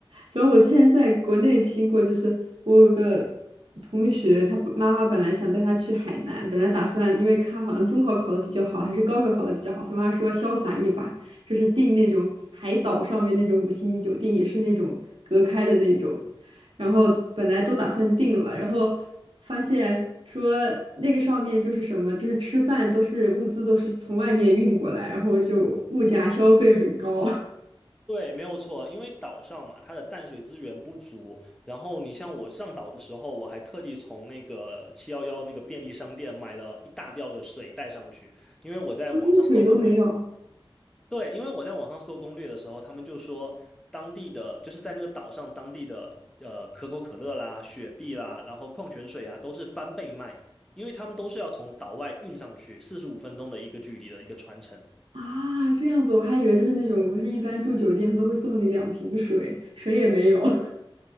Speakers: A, on the right; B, in the centre.
A: 主要我之前在国内听过，就是我有个同学，他不妈妈本来想带他去海南，本来打算因为他好像中考考的比较好，还是高考考的比较好，他妈说潇洒一把，就是订那种海岛上面那种五星级酒店，也是那种隔开的那种，然后本来都打算订了，然后发现说那个上面就是什么，就是吃饭都是物资都是从外面运过来，然后就物价消费很高，
B: 对，没有错，因为岛上嘛，它的淡水资源不足。然后你像我上岛的时候，我还特地从那个七幺幺那个便利商店买了一大吊的水带上去，因为我在网上搜攻略。
A: <laughs> 水都没有。
B: 对，因为我在网上搜攻略的时候，他们就说当地的就是在那个岛上当地的呃可口可乐啦、雪碧啦，然后矿泉水啊都是翻倍卖，因为他们都是要从岛外运上去，四十五分钟的一个距离的一个传承。
A: 啊，这样子我还以为就是那种，不是一般住酒店他都会送你两瓶水，水也没有。<laughs>